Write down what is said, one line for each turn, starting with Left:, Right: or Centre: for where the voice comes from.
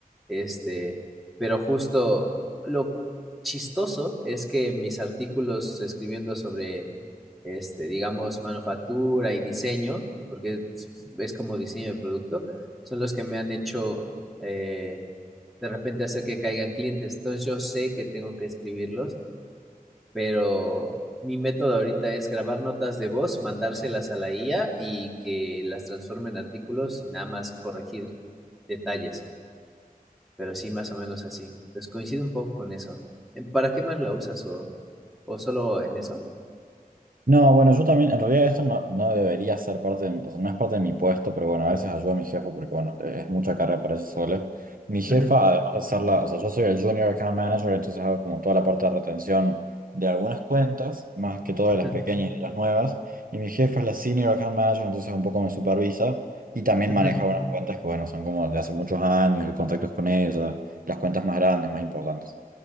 Centre: Este, pero justo lo chistoso es que mis artículos escribiendo sobre este, digamos, manufactura y diseño, porque es es como diseño de producto, son los que me han hecho eh, de repente hacer que caigan clientes. Entonces yo sé que tengo que escribirlos, pero mi método ahorita es grabar notas de voz, mandárselas a la IA y que las transforme en artículos y nada más corregir detalles, pero sí más o menos así. pues coincido un poco con eso. ¿En- ¿Para qué más la usas o, o solo en eso?
Right: No, bueno, yo también, en realidad esto no, no debería ser parte de, mi- o sea, no es parte de mi puesto, pero bueno, a veces ayudo a mi jefa porque, bueno, eh, es mucha carrera para ella sola. Mi jefa,
Centre: Ujú,
Right: además de ser la, o sea, yo soy el Junior Account Manager, entonces hago como toda la parte de retención de algunas cuentas, más que todo
Centre: ujú,
Right: de las pequeñas y de las nuevas, y mi jefa es la Senior Account Manager, entonces un poco me supervisa y también
Centre: ujú.
Right: maneja unas cuentas que, bueno, son como de hace muchos años, el contacto es con ella, las cuentas más grandes, más importantes.